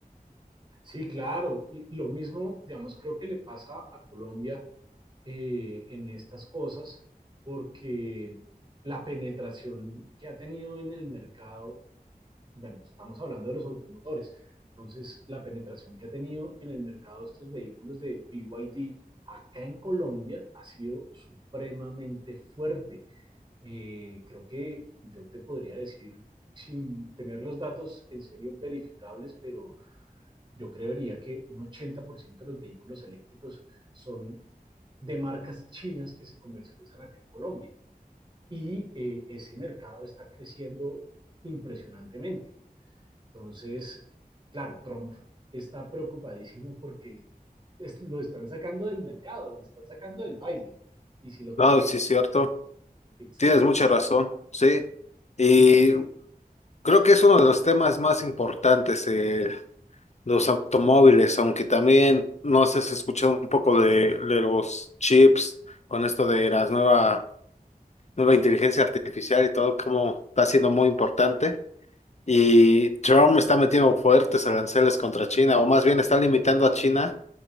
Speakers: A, on the right (about 30°); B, on the left (about 50°).
A: Sí, claro. Y lo mismo, digamos, creo que le pasa a Colombia eh, en estas cosas porque la penetración que ha tenido en el mercado, bueno, estamos hablando de los automotores, entonces la penetración que ha tenido en el mercado estos vehículos de B Y D acá en Colombia ha sido supremamente fuerte. Eh, creo que yo te podría decir, sin tener los datos en serio verificables, pero yo creería que un 80% de los vehículos eléctricos son de marcas chinas que se comercializan acá en Colombia. Y eh, ese mercado está creciendo impresionantemente. Entonces, claro, Trump está preocupadísimo porque es, lo están sacando del mercado, lo están sacando del baile. Y si lo que...
B: No, sí es cierto.
A: Exacto.
B: Tienes mucha razón, sí. Y
A: Si,
B: creo
A: si,
B: que es uno de los temas más importantes, eh, los automóviles, aunque también no sé si has escuchado un poco de, de los chips con esto de las nueva, nueva inteligencia artificial y todo, como está siendo muy importante. Y Trump está metiendo fuertes aranceles contra China, o más bien está limitando a China